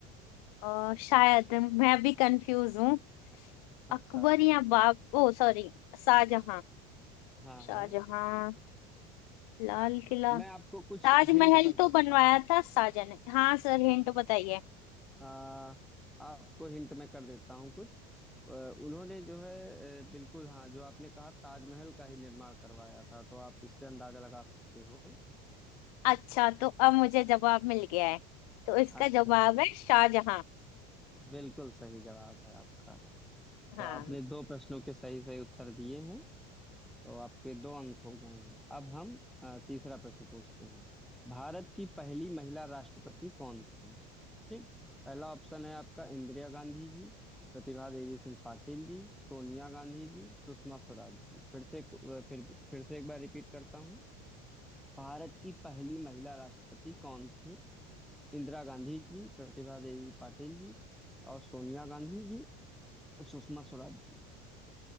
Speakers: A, on the left; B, in the centre.
A: अ, शायद मैं भी कंफ्यूज हूँ
B: अच्छा
A: अकबर या बाब ओ सॉरी शाहजहां
B: हाँ
A: शाहजहां
B: हाँ
A: लाल किला
B: मैं आपको कुछ
A: ताजमहल
B: हिंट कर
A: तो
B: सकता
A: बनवाया
B: हूँ
A: था शाहजहां ने हाँ सर हिंट बताइए
B: आ, आपको हिंट में कर देता हूँ कुछ अ, उन्होंने जो है अ, बिल्कुल हाँ जो आपने कहा ताजमहल का ही निर्माण करवाया था तो आप इससे अंदाजा लगा सकते हो
A: अच्छा तो अब मुझे जवाब मिल गया है तो इसका
B: अच्छा
A: जवाब है शाहजहां
B: बिल्कुल सही जवाब है आपका
A: हाँ
B: तो आपने दो प्रश्नों के सही सही उत्तर दिए हैं तो आपके दो अंक हो गए हैं अब हम अ, तीसरा प्रश्न पूछते हैं भारत की पहली महिला राष्ट्रपति कौन थी ठीक पहला ऑप्शन है आपका इंदिरा गांधी जी प्रतिभा देवी सिंह पाटिल जी सोनिया गांधी जी सुषमा स्वराज जी फिर से एक- अ, फिर फिर से एक बार रिपीट करता हूँ भारत की पहली महिला राष्ट्रपति कौन थी इंदिरा गांधी जी प्रतिभा देवी पाटिल जी और सोनिया गांधी जी सुषमा स्वराज जी